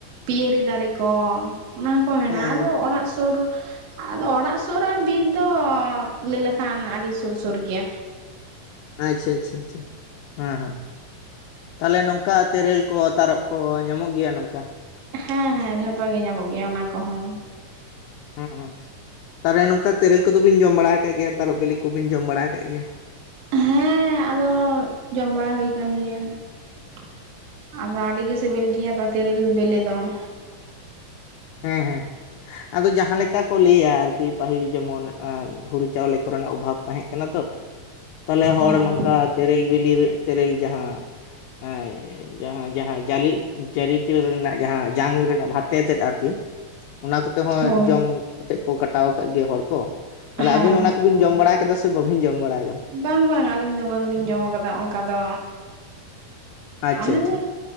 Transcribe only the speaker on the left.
ᱦᱮᱸ
ᱟᱪᱪᱷᱟ ᱟᱪᱪᱷᱟ ᱟᱪᱪᱷᱟ ᱦᱮᱸ ᱦᱮᱸ ᱛᱟᱦᱞᱮ ᱱᱚᱝᱠᱟ ᱛᱮᱨᱮᱞ ᱠᱚ ᱛᱟᱨᱚᱵ ᱠᱚ ᱧᱟᱢᱚᱜ ᱜᱮᱭᱟ ᱱᱚᱝᱠᱟ
ᱦᱮᱸ ᱦᱮᱸ ᱛᱟᱨᱮ ᱱᱚᱝᱠᱟ ᱛᱮᱨᱮᱞ ᱠᱚᱫᱚ ᱵᱤᱱ ᱡᱚᱢ ᱵᱟᱲᱟ ᱠᱟᱜ ᱜᱮᱭᱟ ᱛᱟᱨᱚᱯ ᱵᱤᱞᱤ ᱠᱚᱵᱤᱱ ᱡᱚᱢ ᱵᱟᱲᱟ ᱠᱟᱜ ᱜᱮᱭᱟ
ᱦᱮᱸ ᱦᱮᱸ ᱟᱫᱚ ᱡᱟᱦᱟᱸ ᱞᱮᱠᱟ ᱠᱚ ᱞᱟᱹᱭᱟ ᱟᱨᱠᱤ ᱯᱟᱹᱦᱤᱞ ᱡᱮᱢᱚᱱ ᱦᱩᱲᱩ ᱪᱟᱣᱞᱮ ᱠᱚᱨᱮᱱᱟᱜ ᱚᱵᱷᱟᱵ ᱛᱟᱦᱮᱜ ᱠᱟᱱᱟ ᱛᱚ ᱛᱟᱦᱞᱮ ᱦᱚᱲ
ᱱᱚᱝᱠᱟ ᱛᱮᱨᱮᱞ ᱵᱤᱞᱤ ᱨᱮ ᱛᱮᱨᱮᱞ ᱡᱟᱦᱟᱹ ᱦᱮᱸ ᱡᱟᱦᱟ ᱡᱟᱦᱟ ᱡᱟᱞᱤ ᱛᱤᱨᱤᱞ ᱨᱮᱱᱟᱜ ᱡᱟᱦᱟ ᱡᱟᱝ ᱨᱮᱱᱟᱜ ᱵᱷᱟᱛᱮ ᱛᱮᱫ ᱟᱨᱠᱤ ᱚᱱᱟ ᱠᱚᱛᱮ ᱦᱚᱸ
ᱡᱚᱢ ᱠᱟᱛᱮᱜ ᱠᱚ ᱠᱟᱴᱟᱣ ᱠᱟᱜ ᱜᱮ ᱦᱚᱲ ᱠᱚ ᱾ ᱛᱟᱦᱚᱞᱮ
ᱟᱵᱤᱱ
ᱚᱱᱟ ᱠᱚᱵᱤᱱ ᱡᱚᱢ ᱵᱟᱲᱟ ᱠᱟᱫᱟ ᱥᱮ ᱵᱟᱹᱵᱤᱱ ᱡᱚᱢ ᱵᱟᱲᱟ ᱠᱟᱫᱟ?
ᱟᱪᱪᱷᱟ
ᱟᱪᱪᱷᱟ